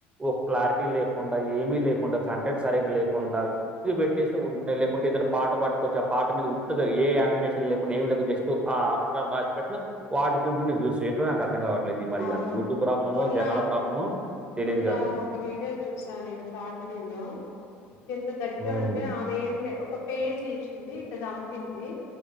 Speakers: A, on the right; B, on the left.
A: ఓ క్లారిటీ
B: హ్మ్.
A: లేకుండా ఏం లేకుండా కంటెంట్ సరిగ్గా లేకుండా పెట్టేస్తే ఉంటయి లేకుంటే ఏదన్న పాట పట్ చ్చి ఆ పాట మీద ఉత్త్తగా ఏ య ఇన్ఫర్మేషమ్ ఏమీ లేకుండా జస్ట్ ఆ క్ అది పెట్టిన వాడుకుంటునై వివ్స్ ఏంటో నాకు అర్ధం కావట్ ట్లేదు ఇగ మరి
B: అవును.
A: అది యూటుబ్ ప్రబ్లమో
B: మొన్న
A: జనాల ప్రాబ్లమో తెలీదుగా.
B: మొన్న ఒక వీడియో చూస నేను షార్ట్ వీడియో ఎంత దరిద్రం
A: హ్మ్.
B: ఉంటే ఆమె ఏం లే ఒక పెయిన్ తీసింది ఇట్ట చంపింది